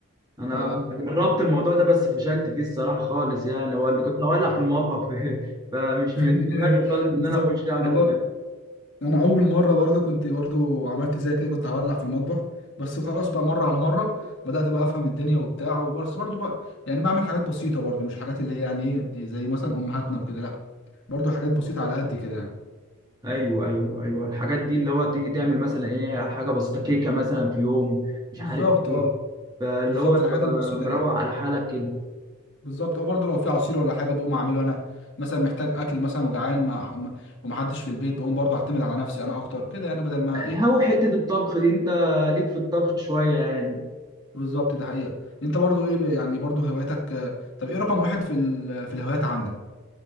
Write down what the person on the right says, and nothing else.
انا
جربت الموضوع ده بس فشلت فيه الصراحه خالص يعني هو اللي كنت هولع في المطبخ <laughs> فيه فمش
من دماغي خالص
ان انا اخش اعمل
حاجه
ايوه ايوه ايوه الحاجات دي اللي هو تيجي تعمل مثلا ايه حاجه بسيطه كيكه مثلا في يوم مش
عارف ايه
فاللي
هو تبقى
مروق
على حالك كده
هو حتة الطبخ دي انت ليك في الطبخ شوية يعني